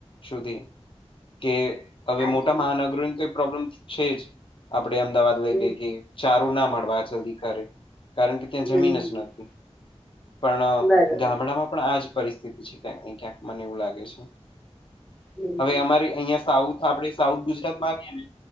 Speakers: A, on the left (about 50°); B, in the centre.
A: સુધી કે હવે
B: અચ્છા
A: મોટા મહાનગરોની તો એ પ્રોબ્લેમ છે જ આપડણે અમદાવાદ લઈને
B: હમ
A: કે ચારું ના મળવા આ જલ્દી કરે કારણ કે ત્યાં
B: હમ
A: જમીન
B: હમ
A: જ નથી. પણ અહ
B: બરોબર
A: ગામડામાં પણ આજ પરિસ્થિતિ છે ક્યાંક ને ક્યાંક મને એવું લાગે છે.
B: હમ
A: હવે અમારે અહિયાં સાઉથ આપડે સાઉથ ગુજરાત માં આવ્યા ને